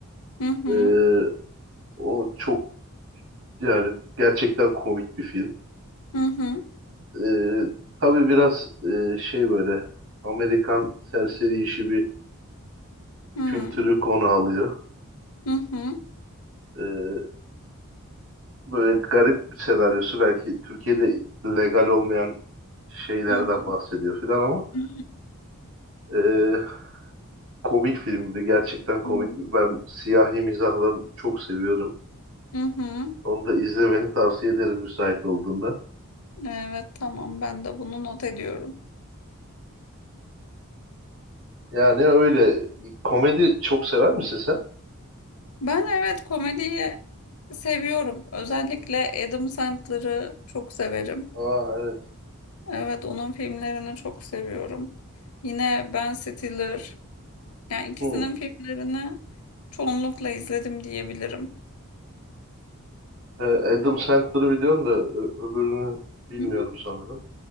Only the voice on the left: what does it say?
Hı hı.
Hı hı.
Hı hı.
Hı hı.
Hı hı.
Hı
hı.
Hı hı.
Evet, tamam. Ben de bunu not ediyorum.
Ben evet komediyi seviyorum. Özellikle Adam Sandler'ı çok severim.
Evet onun filmlerini çok seviyorum. Yine Ben Stiller. Yani ikisinin
filmlerini çoğunlukla izledim diyebilirim.
Hı hı.